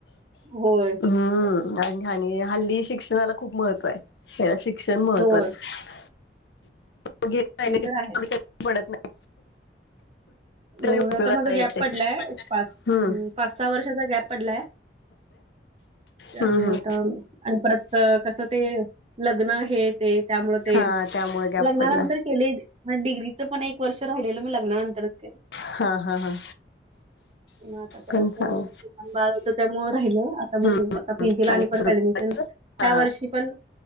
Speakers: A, on the right; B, on the left.
A: होय.
B: हम्म आणि आणि हल्ली शिक्षणाला खूप महत्त्व आहे. हला शिक्षण महत्त्वाचं
A: होय
B: राहि
A: ते तर आहे
B: पडत नाही.
A: हो
B: तरी उपयोगाला
A: आता माझा
B: येते.
A: गॅप पडलाय एक पाच्.
B: हम्म
A: पाच सहा वर्षाचा गॅप पडलाय त्यामुळे
B: हम्म हम्म
A: आता. आणि परत कसं ते लग्न हे ते त्यामुळं ते
B: हा त्यामुळे गॅप
A: लग्नानंतर.
B: पडला
A: केले डिग्रीचं पण एक वर्ष राहिलं मी लग्नानंतरच केलं.
B: हा हा हा.
A: ह. मग आता परत
B: पण सांग
A: लहान बाळच त्यामु राहिलं आता बघू
B: हम्म
A: आता पीजी ला आली
B: आणि
A: परत
B: सुरू
A: ऍडमिशन. ह्या
B: हा
A: वर्षी पण